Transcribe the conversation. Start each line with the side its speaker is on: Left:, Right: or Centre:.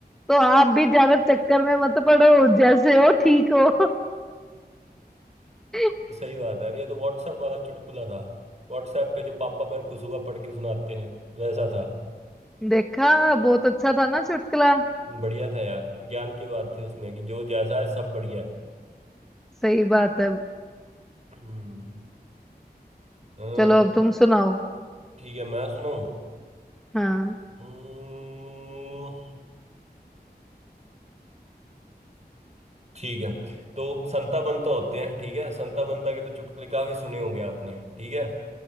Centre: तो आप भी ज्यादा चक्कर में मत पड़ो जैसे हो ठीक हो <laughs>
Right: तो सही बात है अरे ये तो व्हाट्सएप वाला चुटकुला था व्हाट्सएप पे जो पापा मेरे को सुबह पढ़ के सुनाते हैं वैसा था
Centre: देखा बहुत अच्छा था ना चुटकुला
Right: बढ़िया था यार ज्ञान की बात थी उसमें कि जो जैसा है सब बढ़िया है
Centre: सही बात है
Right: हम्म अ,
Centre: चलो अब तुम सुनाओ
Right: ठीक है मैं सुनाऊं
Centre: हाँ
Right: हम्म, ठीक है तो संता बंता होते हैं ठीक है संता बंता के तो चुटकुले काफी सुने होंगे आपने ठीक है